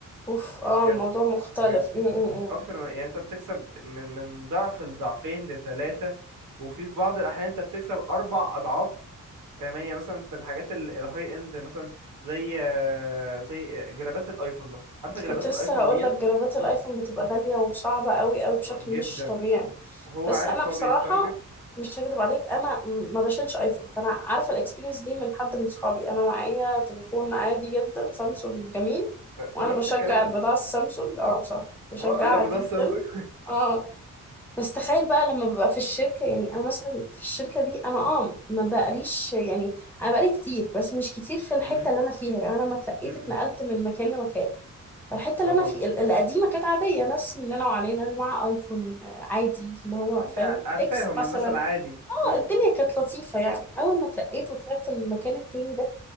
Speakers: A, in the centre; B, on the right.
A: اوف اه
B: بجد
A: الموضوع مختلف
B: بجد
A: امم
B: اكتر من يعني انت بتكسب من, من ضعف لضعفين لثلاثة وفي في بعض الاحيان انت بتكسب اربع اضعاف فاهمانية مثلا في الحاجات ال- الهاي اند مثلا زي آه، زي جرابات الايفون مثلا عارفة جرابات
A: كنت لسه
B: الايفون
A: هقول
B: ديت
A: لك جرابات الايفون بتبقى غالية وصعبة قوي قوي بشكل
B: آه، جدا
A: مش طبيعي
B: وهو
A: بس
B: عارف
A: انا بصراحة
B: هو بيتارجت
A: مش هكدب عليك انا م- ما بشيلش ايفون فانا عارفة الاكسبيرينس دي من حد من صحابي انا معايا تليفون عادي جدا سامسونج جميل
B: آه،
A: وانا
B: نفس
A: بشجع
B: الكلام
A: البضاعة السامسونج اه بصراحة بشجعها
B: اه <laughs> بتاع
A: جدا
B: سامسونج
A: اه بس تخيل بقى لما ببقى في الشركة يعني أنا مثلا في الشركة دي أنا أه ما بقاليش يعني أنا بقالي كتير بس مش كتير في الحتة
B: أمم،
A: اللي أنا فيها يعني أنا لما اترقيت
B: أمم،
A: اتنقلت من مكان لمكان فالحتة اللي
B: اها
A: أنا في ال- القديمة كانت عادية ناس مننا وعلينا اللي معاه أيفون آه، عادي اللي هو
B: انت
A: فاهم
B: عارفاهم
A: إكس مثلا
B: الناس العادي
A: أه
B: أمم،
A: الدنيا كانت لطيفة يعني أول ما اترقيت
B: أمم.
A: وطلعت المكان التاني ده